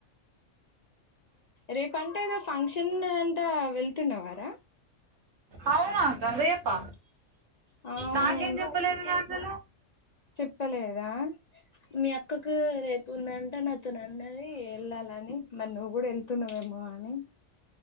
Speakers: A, on the left; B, on the right.
A: రేపంటే ఏదో ఫంక్షన్ అంతా వెళ్తున్నవారా
B: అవునా కదేపా
A: అవును
B: నాకేం చెప్పలేదు అసలు
A: చపలేదా మీ అక్కకు రేపు ఉందంటే నాతోను అన్నది ఎల్లాలని మరి నువ్వు కూడా వెళ్తున్నావేమో అని